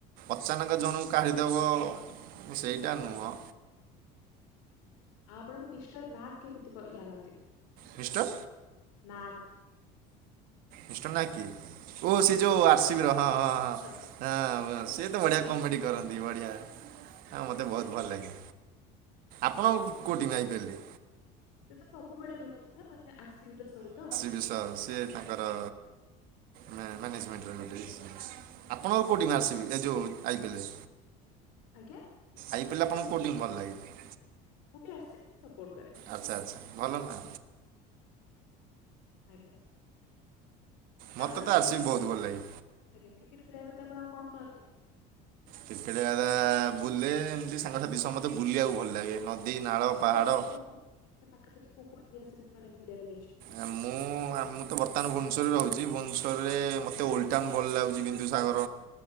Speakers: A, on the right (about 50°); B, on the left (about 90°).
A: ଅଚାନକ ଜଣକୁ କାଳିି ଦବ ମୁଁ ସେଇଟା ନୁହଁ
B: ଆଉ ଆପଣଙ୍କୁ ମିଷ୍ଟର ନାକ କେମିତି ପ ଲାଗନ୍ତି?
A: ମିଷ୍ଟର
B: ନାଗ
A: ମିଷ୍ଟର ନା କିଏ? ଓ ସେ
B: ମିଷ୍ଟର
A: ଯୋଉ ଆର୍ଶିବିର
B: ନାଗ
A: ହଁ
B: ଆରସିବିର
A: ହଁ ହଁ
B: ଓନ୍ଲି
A: ସିଏ ତ ବଢିଆ
B: ପ୍ଲିଜ
A: କମେଡି କରନ୍ତି। ବଢ଼ିଆ ଆଉ ମୋତେ
B: ଆଜ୍ଞା
A: ବହୁତ ଭଲ ଲାଗେ ଆପଣ
B: ଆଉ
A: କୋଉ
B: ସେ
A: ଟିମ
B: ତ
A: ଆଇ ପି ଏଲ ରେ?
B: ସେ ତ ସବୁବେଳେ ରୁହନ୍ତି ନା ମାନେ ଆର ସିବି ର ସହିତ।
A: ବିଷ ସିଏ ତାଙ୍କର ନା ନା <unintelligible> ଆପଣଙ୍କର କୋଉ ଟିମ ଆର ସିବି ଏ ଯଉ ଆଇ ପି ଏଲ ରେ?
B: ଆଜ୍ଞା।
A: ଆଇ ପି ଏଲଟା ଆପଣଙ୍କୁ କୋଉ ଟିମ ଭଲ ଲାଗେ?
B: ମୁଁ ବି ଆର ସିବକୁ ସପୋର୍ଟ କରେ।
A: ଆଚ୍ଛା ଆଚ୍ଛା ଭଲ ନା।
B: ଆଜ୍ଞା।
A: ମୋତେ
B: ଆପଣ
A: ତ
B: କ୍ରିକେଟ୍
A: ଆର୍ ସି ବି ବହୁତ
B: ଖେଳିବା
A: ଭଲ ଲାଗେ
B: ଆଜ୍ଞା କ୍ରିକେଟ୍ ଖେଳିବା ବ୍ୟତୀତ ଆପଣ ଆଉ କଣ କରନ୍ତି?
A: କ୍ରିକେଟ <unintelligible> ବୁଲେ ଏମିତି ସାଙ୍ଗସାଥି ସମତେ ବୁଲିବାକୁ ଭଲ ଲାଗେ ନଦୀ ନାଳ
B: ଆଉ ପାଖାପାଖି
A: ପାହାଡ଼
B: କୋଉ କୋଉ ମାନେ ପାଖାପାଖି କୋଉ କୋଉ ଏରିଆ ସବୁ ମାନେ ବିଲିବାକୁ ଯାଇଛନ୍ତି?
A: ଆ ମୁଁ ମୁଁ ଆମୁତ ବର୍ତ୍ତମାନ ଭୁବନେଶ୍ୱରରେ ରହୁଛି ଭୁବେଶ୍ୱରରେ ମୋତେ ଓଲ୍ଡ ଟାଉନ ଭଲ ଲାଗୁଛି ବିନ୍ଦୁସାଗର।